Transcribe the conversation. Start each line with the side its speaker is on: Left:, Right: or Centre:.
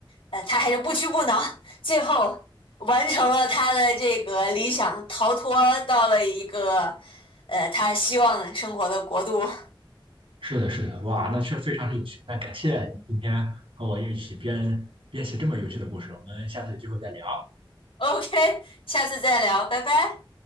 Left: 呃他还是不屈不挠，最后完成了他的这个理想，逃脱到了一个呃他希望生活的国度。
Right: 是的，是的，哇，那确实非常是有趣。那感谢你今天和我一起编编写这么有趣的故事，我们下次有机会再聊。
Left: OK，下次再聊，拜拜。